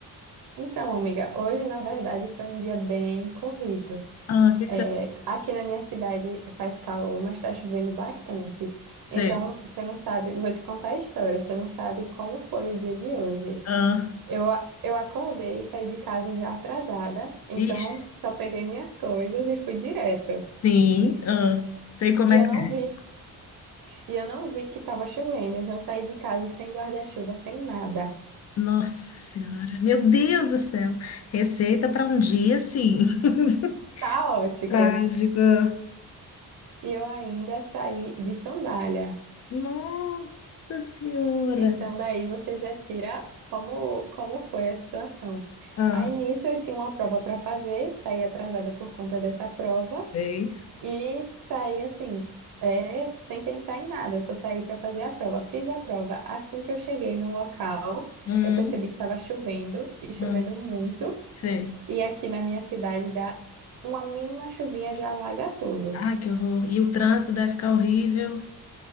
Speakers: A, on the right; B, on the left.
A: Então, amiga, hoje na verdade foi um dia bem corrido.
B: Ah, o que
A: É,
B: que você
A: aqui na minha cidade faz calor, mas tá chovendo bastante.
B: fez?
A: Então, você não sabe, vou te contar a história, você não sabe como foi o dia de hoje.
B: Ah,
A: Eu, a- eu acordei e saí de casa já atrasada, então
B: ixi,
A: só peguei minhas coisas e fui direto.
B: sim, ah, sei como
A: E
B: é
A: eu
B: que
A: não
B: é.
A: vi. E eu não vi que tava chovendo, então eu saí de casa sem guarda-chuva, sem nada.
B: Nossa Senhora, meu Deus do céu, receita para um dia assim. <laughs>
A: Caótico.
B: Trágica.
A: E eu ainda saí de sandália.
B: Nossa Senhora.
A: Então daí você já tira como como foi a situação.
B: Ah,
A: Aí nisso eu tinha uma prova para fazer, saí atrasada por conta dessa prova
B: sei.
A: e saí assim, é, sem pensar em nada, eu só saí para fazer a prova. Fiz a prova. Assim que eu cheguei no local,
B: Hum,
A: eu percebi que estava chovendo e chovendo
B: hum,
A: muito.
B: sei.
A: E aqui na minha cidade dá uma mínima chuvinha já alaga tudo.
B: Ai, que horror. E o trânsito deve ficar horrível.